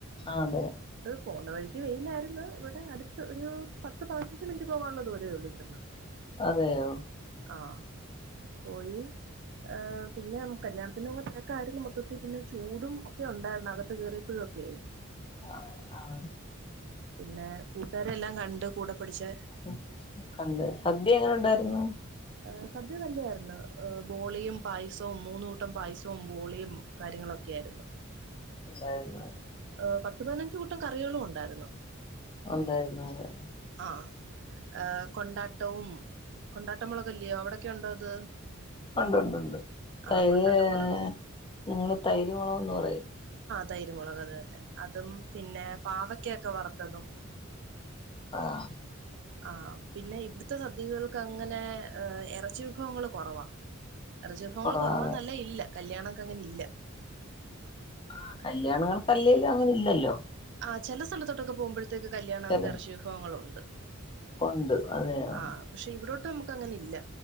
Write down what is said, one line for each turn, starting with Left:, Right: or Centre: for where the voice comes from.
Left: ആഹ്, അതെ
Right: പോകുന്ന വഴിക്ക് വെയിലായിര്ന്ന് ഇവി വിടെ അടുത്ത് ഒരു പത്ത് പതിനഞ്ച് മിനിറ്റ് പോകാനുള്ള ദൂരേ ഉള്ളൂ ഇവിടുന്ന്.
Left: അതെയോ
Right: ആഹ് പോയി. ഏഹ് പിന്നെ നമ് കല്യാണ ന്, പിന്നെ അങ്ങോട്ട് തിരക്കായിരുന്നു, മൊത്തത്തി പിന്നെ ചൂടും ഒക്കെ ഉണ്ടായിരുന്നു. അകത്ത് കയറിയപ്പോഴൊക്കെ
Left: ആഹ്, ആഹ്
Right: പിന്നെ കൂട്ടരെല്ലാം കണ്ട് കൂടെ പഠിച്ച
Left: <inaudible> കണ്ട്, സദ്യ എങ്ങനെ ഉണ്ടായിരുന്നു?
Right: ഏഹ്, സദ്യ നല്ലായിരുന്നു. ഏഹ് ബോളിയും പായസവും, മൂന്നുകൂട്ടം പായസവും ബോളിയും കാര്യങ്ങളൊക്കെയായിരുന്നു.
Left: നന്നായിരുന്നു
Right: ഏഹ്, പത്ത് പതിനഞ്ച് കൂട്ടം കറികളും ഉണ്ട്. ഉണ്ടായിരുന്നു.
Left: ഉണ്ടായിരുന്നു, അതെ
Right: ആഹ്, ഏമ് കൊണ്ടാട്ടവും, കൊണ്ടാട്ട മുളകല്യായോ അവിടൊക്കെ ഉണ്ടോ അത്
Left: ഉണ്ട്, ഉണ്ട്, ഉണ്ട്, തൈര്
Right: ആഹ് കൊണ്ടാട്ട
Left: ഏഹ്
Right: മുളകും
Left: ഞങ്ങള് തൈര് മുളകെന്ന് പറയും.
Right: തൈരുമുളക് അത് തന്നെ. അതും പിന്നെ പാവക്യക്കെ വറ് ത്തതും
Left: ആഹ്
Right: ആ പിന്നെ ഇവിടുത്തെ സദ്യകകൾക്ക് അങ്ങനെ ഏ ഇറച്ചി വിഭവങ്ങൾ കുറവാ ഇറച്ചി വിഭങ്ങൾ
Left: കുറവാ
Right: കുറവാന്നല്ല ഇല്ല കല്യാണംക്ക അങ്ങനെ ഇല്ല
Left: ആ കല്യാണങ്ങൾ കല്ലലും അങ്ങനെ ഇല്ലല്ലോ
Right: ആ ചെല സ്ഥലത്തട്ടൊക്കെ പോകുമ്പോ ത്തേക്ക് കല്യാണം
Left: ചില
Right: ഇറച്ചി വിഭവങ്ങളുണ്ട്
Left: ഉണ്ട് അതെയോ
Right: ആ പക്ഷെ ഇവിടെ ട്ടും നമുക്ക് അങ്ങനെ ഇല്ല